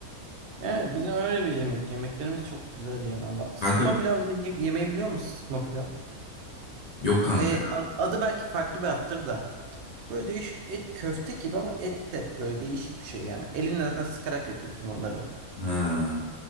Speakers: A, on the right; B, on the left.
A: Yani bizim öyle bir yemek. Yemeklerimiz çok güzel yani Allah. Sıkma
B: Kanka
A: pilav yemeği, yemeği biliyor musun? Sıkma pilav.
B: yok kanka.
A: Ee, ad- adı belki farklı bir attır da. Böyle değişik et köfte gibi ama et et böyle değişik bir şey yani. Elinle zaten sıkarak yapıyorsun onları.
B: Ha,